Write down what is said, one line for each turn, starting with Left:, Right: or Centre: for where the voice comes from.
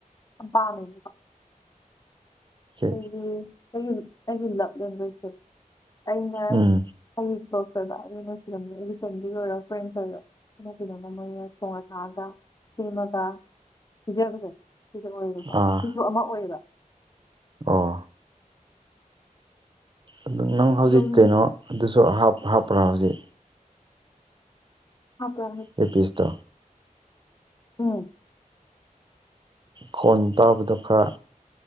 Left: ꯌꯥꯝ ꯄꯥꯝꯃꯦꯕꯀꯣ
Right: ꯀꯦ
Left: ꯑꯩꯒꯤ ꯑꯩꯒꯤ ꯑꯩꯒꯤ ꯂꯞ ꯂꯦꯡꯒꯣꯏꯁꯦ ꯑꯩꯅ
Right: ꯎꯝ
Left: ꯑꯩ ꯄꯣꯛ <unintelligible> ꯁꯤꯜꯂꯝꯃꯤ ꯑꯩꯒꯤ ꯐꯦꯃꯤꯂꯤ ꯑꯣꯏꯔꯣ ꯐ꯭ꯔꯦꯟꯁ ꯑꯣꯏꯔꯣ ꯑꯅ ꯀꯩꯅꯣꯃ ꯃꯣꯏꯅ ꯊꯣꯡꯉ ꯊꯥꯛꯑꯒ ꯁꯦꯝꯃꯒ ꯄꯤꯖꯕꯗꯣ ꯁꯤ ꯑꯣꯏꯕꯀꯣ
Right: ꯑꯥ
Left: ꯁꯤꯁꯨ ꯑꯃ ꯑꯣꯏꯌꯦꯕ
Right: ꯑꯣ ꯑꯗꯨ ꯅꯪ ꯍꯧꯖꯤꯛ
Left: ꯑꯗꯨꯝ
Right: ꯀꯩꯅꯣ ꯑꯗꯨꯁꯨ ꯍꯥꯞꯄ꯭ꯔꯥ ꯍꯧꯖꯤꯛ
Left: ꯍꯥꯞꯄ꯭ꯔ
Right: ꯑꯦꯔ ꯄꯤꯁꯇꯣ
Left: ꯎꯝ
Right: ꯈꯣꯟ ꯇꯥꯕꯗꯣ ꯈꯔ